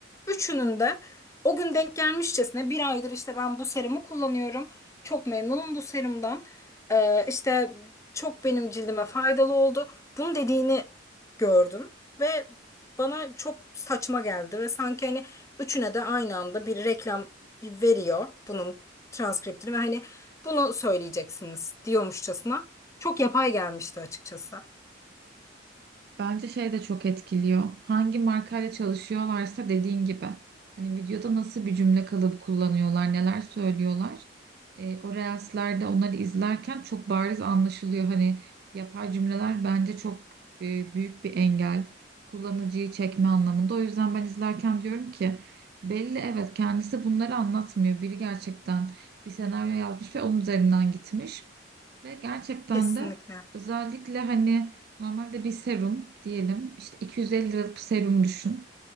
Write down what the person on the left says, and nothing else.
üçünün de o gün denk gelmişçesine bir aydır işte ben bu serumu kullanıyorum. Çok memnunum bu serumdan. Ee, işte çok benim cildime faydalı oldu. Bunu dediğini gördüm ve bana çok saçma geldi ve sanki hani üçüne de aynı anda bir reklam veriyor bunun transkriptini ve hani bunu söyleyeceksiniz diyormuşçasına. Çok yapay gelmişti açıkçası.
Kesinlikle.